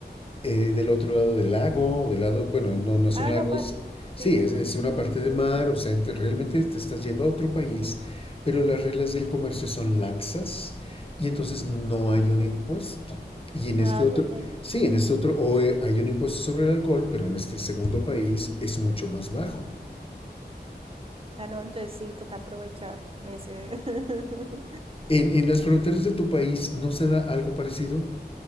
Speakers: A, on the left (about 30°); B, on the right (about 35°).
A: eh, del otro lado del lago, del lado, bueno, no, no es
B: Ah,
A: un lago,
B: no pasa.
A: es, sí,
B: Sí.
A: es, es una parte
B: <laughs>
A: de mar, o sea, ente- realmente te estás yendo a otro país, pero las reglas del comercio son laxas y entonces no hay un impuesto. Y en
B: Ah,
A: este otro,
B: bueno.
A: sí, en este otro, o eh, hay un impuesto sobre el alcohol, pero en este segundo país es mucho más bajo.
B: Ah, no, entonces sí, toca aprovechar ese. <laughs>
A: ¿En, en las fronteras de tu país no se da algo parecido